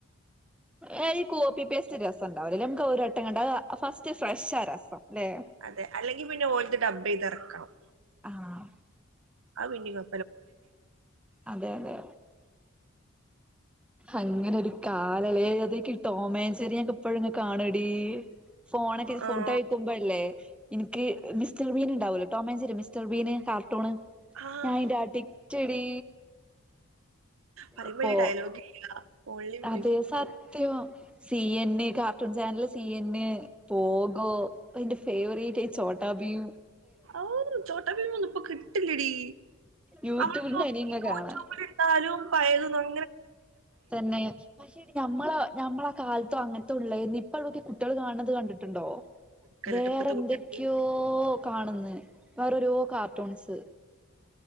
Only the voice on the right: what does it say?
അതെ, അല്ലെങ്കിൽ പിന്നെ ഓൽത് ഡബ്ബീതെറക്കണം.
അയ് പിന്നി കൊ
ആഹ്
ആഹ്
പറയുമ്പൊ
അയില് ഡയലോഗില്ല. Only music.
ഔ ചോട്ടാ ഭീമൊന്നുപ്പൊ കിട്ടിലിടീ
അവള്പ്പോ
യൂട്യൂബിലിട്ടാലും
പയതൊന്നും
കേട്ടോ
ഇപ്പത്തെ കുട്ടികൾക്ക്